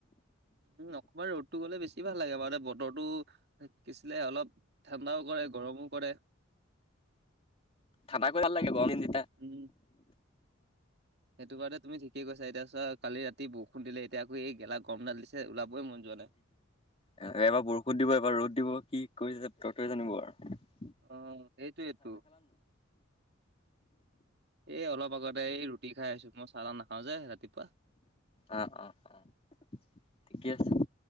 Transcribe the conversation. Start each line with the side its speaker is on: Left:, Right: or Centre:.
Right: উম, অকমান ৰ'দটো গ'লে বেছি ভাল লাগে বাৰু বতৰটো কি আছিলে অলপ ঠাণ্ডাও কৰে গৰমও কৰে।
Left: ঠাণ্ডা কৰিলে ভাল লাগে গৰম দিন যে
Right: উম। সেইটো বাৰো তুমি ঠিক কৈছা এতিয়া চোৱা কালি ৰাতি বৰষুণ দিলে এতিয়া আকৌ এই গেলা গৰমডাল দিছে। হে ওলাবই মন যোৱা নাই।
Left: এ এবাৰ বৰষুণ দিব এবাৰ ৰ'দ দিব কি কৰিছে বতৰটোৱে জানিব আৰ
Right: অ', সেইটোৱেইটো। এই অলপ আগতে এই ৰুটি খাই আহিছো মই চাহ তাহ নাখাও যে ৰাতিপুৱা।
Left: অ', অহ অ', ঠিকে আছে।